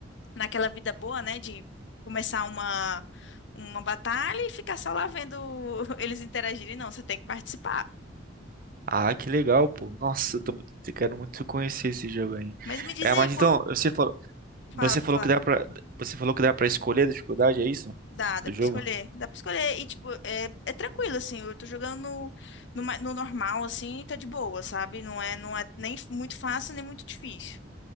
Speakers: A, on the left; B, on the right.
A: naquela vida boa, né? De começar uma, uma batalha e ficar só lá vendo <laughs> eles interagirem. Não, você tem que participar.
B: Ah, que legal, pô. Nossa, eu tô muito, quero muito conhecer esse jogo aí.
A: Mas me diz
B: É,
A: aí
B: mas
A: qual.
B: então, você falou, você
A: Fala, pra
B: falou
A: falar.
B: que dá pra, você falou que dá pra escolher a dificuldade, é isso?
A: Dá, dá
B: Do
A: pra
B: jogo?
A: escolher. Dá pra escolher. E, tipo, é, é tranquilo, assim. Eu tô jogando no, no, ma- no normal, assim, e tá de boa, sabe? Não é, não é nem muito fácil, nem muito difícil.